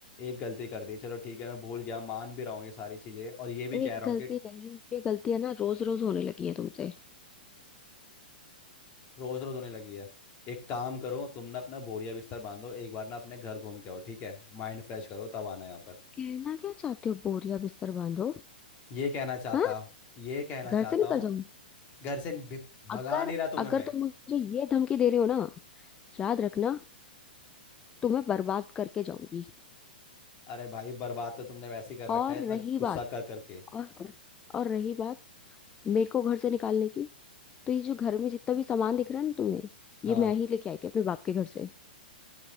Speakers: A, on the left (about 35°); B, on the left (about 20°).
A: एक गलती कर दी चलो ठीक है मैं भूल गया मान भी रहा हूँ ये सारी चीजें और ये भी
B: एक
A: कह रहा
B: गलती
A: हूँ कि
B: नहीं ये गलतियां ना रोज रोज होने लगी हैं तुमसे
A: रोज रोज होने लगी है एक काम करो तुम ना अपना बोरिया बिस्तर बांधो एक बार ना अपने घर घूम के आओ ठीक है माइंड फ्रेश करो तब आना यहाँ पर
B: कहना क्या चाहते हो बोरिया बिस्तर बांधो
A: ये कहना चाहता
B: हाँ
A: ये कहना
B: घर
A: चाहता
B: से निकल
A: हूँ
B: जाऊं
A: घर से भी-
B: अगर
A: भगा नहीं रहा तुम्हें
B: अगर
A: मैं
B: तुम मुझे ये धमकी दे रहे हो ना याद रखना तुम्हें बर्बाद करके जाऊंगी
A: अरे भाई बर्बाद तो तुमने वैसे ही कर
B: और
A: रखा है इतना
B: रही
A: गुस्सा
B: बात
A: कर करके
B: और और रही बात मेरे को घर से निकालने की तो ये जो घर में जितना भी सामान दिख रहा है ना तुम्हें ये
A: हाँ
B: मैं ही लेके आई थी अपने बाप के घर से